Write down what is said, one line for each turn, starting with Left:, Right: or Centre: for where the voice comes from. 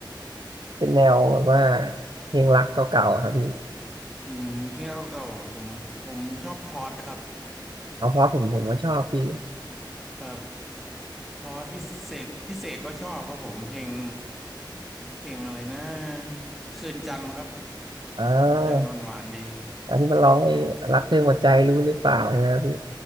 Right: เป็นแนวแบบว่าเพลงรักเก่าๆอะครับพี่
Centre: อืมเพลงเก่าๆผมผมชอบพอดครับ
Right: เอาเพราะผมผมก็ชอบพี่
Centre: ครับพอดพิเศษพิเศษก็ชอบครับผมเพลงเพลงอะไรนะคืนจันทร์ครับ
Right: อ่า
Centre: คืนจันทร์หวานๆดี
Right: อันนี้มันร้องไอ้รักเธอหมดใจรู้หรือเปล่าใช่ไหมพี่